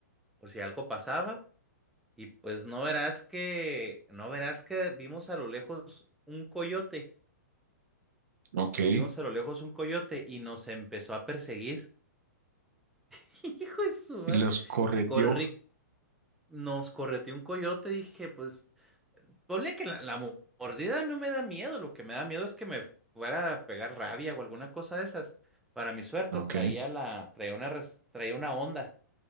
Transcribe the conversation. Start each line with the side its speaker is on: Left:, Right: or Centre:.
Centre: por si algo pasaba. Y pues no verás que, no verás que vimos a lo lejos un coyote,
Right: ok. Y
Centre: vimos a lo lejos un coyote y nos empezó a perseguir. <laughs> Hijo de su madre.
Right: los correteó.
Centre: corrí, nos correteó un coyote, dije, pues, ponle que la, la mo- mordida no me da miedo, lo que me da miedo es que me fuera a pegar rabia o alguna cosa de esas. Para mi suerte
Right: Ok.
Centre: traía la, traía una, res- traía una onda